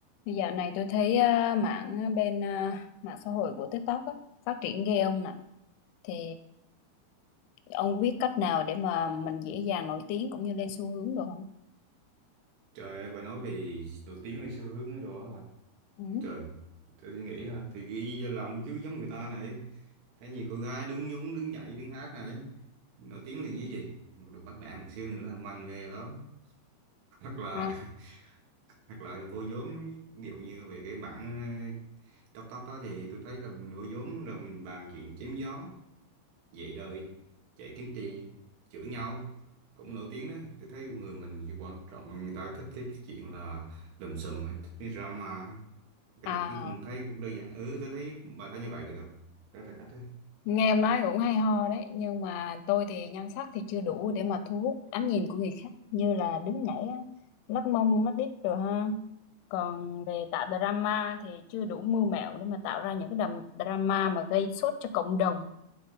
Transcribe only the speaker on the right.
Trời ơi, bà nói về nổi tiếng lên xu hướng đó à.
Trời, tôi nghĩ ha, thì ghi ra làm một chứ giống người ta này. Thấy nhiều cô gái đứng nhún, đứng nhảy, đứng hát này. Nổi tiếng liền với gì? Một đồ bắt nạt một xíu nữa là manh mê lắm. <laughs> Hoặc là
hoặc là vô nhóm, ví dụ như về cái bản ờ, tóc tóc đó thì tôi thấy là mình vô nhóm rồi mình bàn chuyện chém gió. vậy đời chạy kiếm tiền chửi nhau cũng nổi tiếng đấy tôi thấy con người mình chỉ quan trọng người ta thích cái chuyện là lùm xùm ấy, thích cái drama ấy. cách
đầu tiên cũng thấy cũng đơn giản ừ tôi thấy bà thấy như vậy được không đó là cách đấy